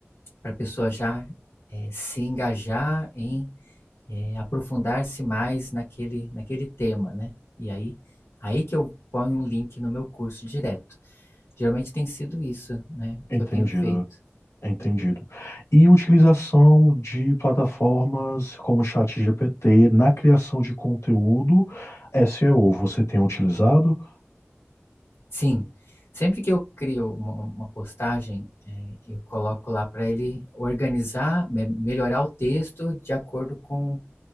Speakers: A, on the left (about 70°); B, on the left (about 85°).
A: para a pessoa já é, se engajar em é, aprofundar-se mais naquele, naquele tema, né? E aí, aí que eu ponho um link no meu curso direto. Geralmente tem sido isso, né,
B: entendido,
A: que eu tenho feito.
B: entendido. E utilização de plataformas como o chat GPT na criação de conteúdo S E o você tem utilizado?
A: Sim, sempre que eu crio uma, uma postagem, é, eu coloco lá para ele organizar, me- melhorar o texto de acordo com